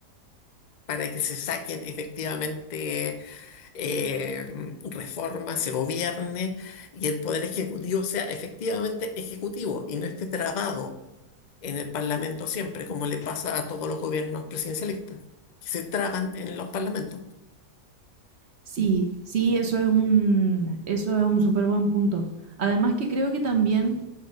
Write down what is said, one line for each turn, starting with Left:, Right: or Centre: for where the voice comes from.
Left: para que se saquen efectivamente eh, reformas, se gobierne y el poder ejecutivo sea efectivamente ejecutivo y no esté trabado en el Parlamento siempre, como le pasa a todos los gobiernos presidencialistas, que se traban en los parlamentos.
Right: Sí, sí, eso es un, eso es un súper buen punto. Además que creo que también